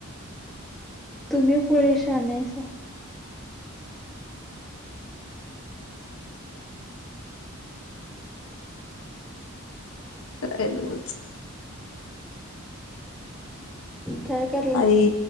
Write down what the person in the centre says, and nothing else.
तुम्हीं पोरी शानं हाईसा.
काय करल्यास